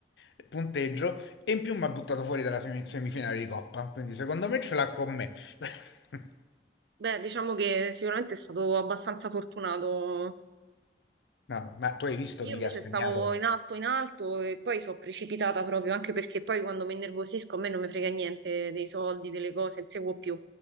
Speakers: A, on the left (about 80°); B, on the right (about 70°).
A: eh, punteggio e in più mi ha buttato fuori dalla femi- semifinale di Coppa, quindi secondo me ce l'ha con me. <laughs>
B: Beh, diciamo che sicuramente è stato abbastanza fortunato
A: No, ma tu hai visto
B: Io
A: chi
B: invece
A: gli ha segnato?
B: stavo in alto, in alto e poi sono precipitata proprio, anche perché poi quando mi innervosisco a me non mi frega niente dei soldi, delle cose, non seguo più.